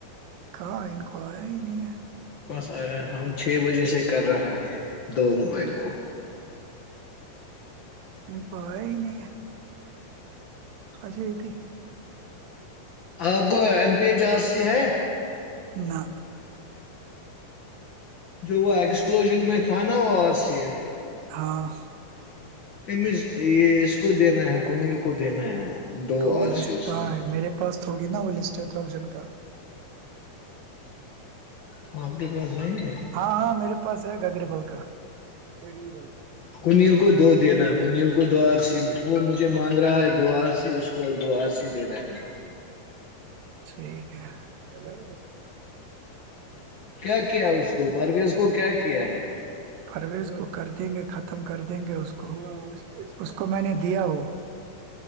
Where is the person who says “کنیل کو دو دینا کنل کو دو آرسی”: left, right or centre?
Left